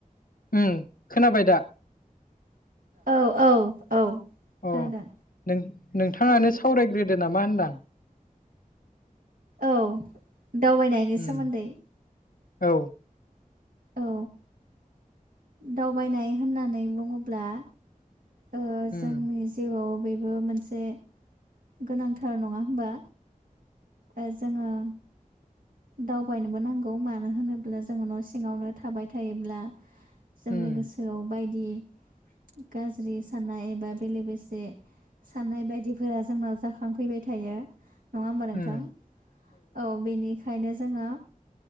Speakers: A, on the left; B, on the right.
A: उम खोनाबाय दा।
B: औ औ औ खोनादों
A: अ नों नोंथाङानो
B: ओ
A: सावरायग्रोदो नामा होनदां।
B: औ दावबायनायनि
A: उम
B: सोमोन्दै।
A: औ
B: औ दावबायनाय होननानै बुङोब्ला ओ
A: उम
B: जोंनि जिउआव बेबो मोनसे गोनांथार नङा होमबा। ओ जोङो दावबायनोबो नांगौ मानो होनोब्ला जोङो न' सिङावनो थाबाय थायोब्ला जोंनि
A: उम
B: गोसोआव बायदि गाज्रि साननाय एबा बेले बेजे साननाय बायदिफोरा जोंनाव जाखांफैबाय थायो। नङा होमबा नोंथां
A: उम
B: औ बेनि बेखायनो जोङो